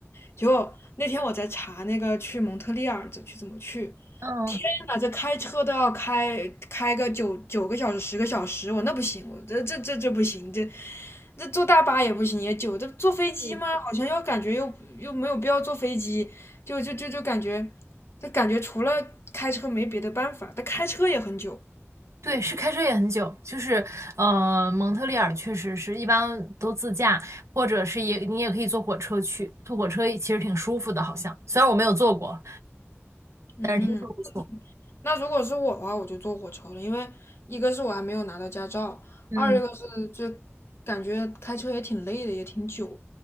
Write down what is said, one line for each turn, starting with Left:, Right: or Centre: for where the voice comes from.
Left: 结果那天我在查那个去蒙特利尔怎去怎么去，
Right: 嗯，
Left: 啊，这开车都要开开个九九个小时、十个小时，我那不行，我这这这这不行，这这坐大巴也不行，也久。这坐飞机吗？
Right: 嗯，
Left: 好像又感觉又又没有必要坐飞机，就就就就感觉，就感觉除了开车没别的办法。但开车也很久。
Right: 对，是开车也很久，就是呃，蒙特利尔确实是一般都自驾，或者是也你也可以坐火车去，坐火车其实挺舒服的，好像虽然我没有坐过，
Left: 嗯，
Right: 但是听说不错。
Left: 那如果是我的话，我就坐火车了，因为一个是我还没有拿到驾照，
Right: 嗯，
Left: 二一个是这感觉开车也挺累的，也挺久。